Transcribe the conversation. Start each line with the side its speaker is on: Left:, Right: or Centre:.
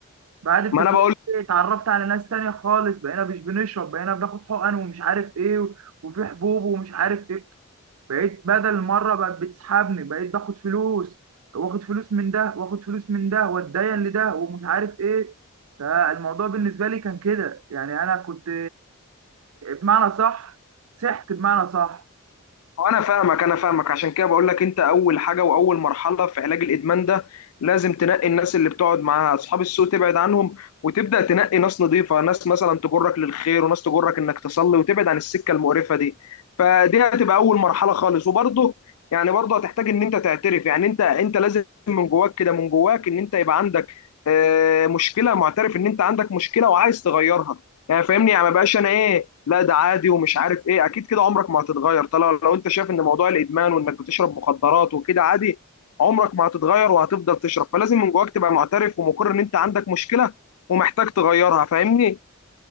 Right: بعد التدريب
Left: ما انا بقول
Right: اتعرفت على ناس تانية خالص بقينا مش بنشرب بقينا بناخد حقن ومش عارف ايه و- وفي حبوب ومش عارف ايه بقيت بدل مرة بقت بتسحبني بقيت باخد فلوس واخد فلوس من ده واخد فلوس من ده واتدين لده ومش عارف ايه فالموضوع بالنسبة لي كان كده يعني انا كنت بمعنى صح سحت بمعنى صح
Left: وانا فاهمك انا فاهمك عشان كده بقول لك انت اول حاجه واول مرحله في علاج الادمان ده لازم تنقي الناس اللي بتقعد معاها اصحاب السوء تبعد عنهم وتبدا تنقي ناس نظيفه ناس مثلا تجرك للخير وناس تجرك انك تصلي وتبعد عن السكه المقرفه دي فدي هتبقى اول مرحله خالص وبرضه يعني برضه هتحتاج ان انت تعترف يعني انت انت لازم من جواك كده من جواك ان انت يبقى عندك آه، مشكله معترف ان انت عندك مشكله وعايز تغيرها يعني فاهمني يعني ما بقاش انا ايه لا ده عادي ومش عارف ايه اكيد كده عمرك ما هتتغير طالما لو انت شايف ان موضوع الادمان وانك بتشرب مخدرات وكده عادي عمرك ما هتتغير وهتفضل تشرب فلازم من جواك تبقى معترف ومقر ان انت عندك مشكلة ومحتاج تغيرها فاهمني